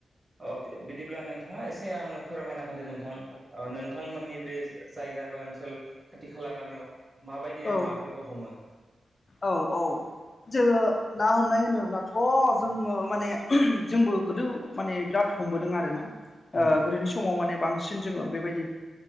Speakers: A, on the right (about 20°); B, on the left (about 45°).
A: अ बिदिब्ला नोंथाङा एसे आंनो फोरमायना होदो नोंथां ओ नोंथांमोननि बे जायगा एबा ओनसोल खाथि खाला गामियाव माबायदि
B: औ
A: नाफोरखौ हमो
B: औ औ जोङो ना हमनाय होनोब्लाथ' जोङो माने जोंबो गोदो माने बिराद हमबोदों आरोना ओ
A: अ
B: गोदोनि समाव समाव माने बांसिन जोङो बेबायदि